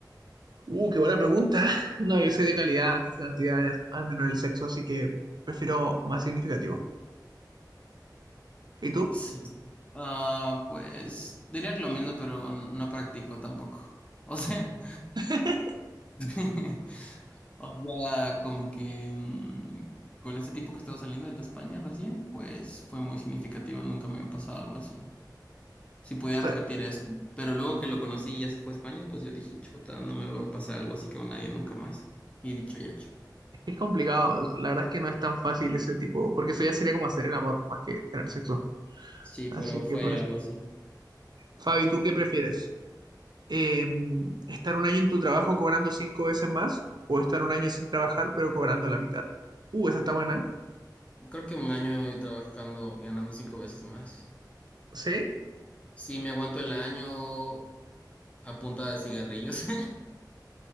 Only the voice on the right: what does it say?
Uh, qué buena pregunta. No, yo soy de calidad antes que cantidad, eh, al menos en el sexo, así que prefiero más significativo. ¿Y tú?
<laughs>
O sea,
es complicado, la verdad es que no es tan fácil ese tipo, porque eso ya sería como hacer el amor más que tener sexo.
Así
que por eso.
Fabi, ¿tú qué prefieres? eh, estar un año en tu trabajo cobrando cinco veces más o estar un año sin trabajar pero cobrando la mitad. Uh, esa está buena. ¿eh?
Sí,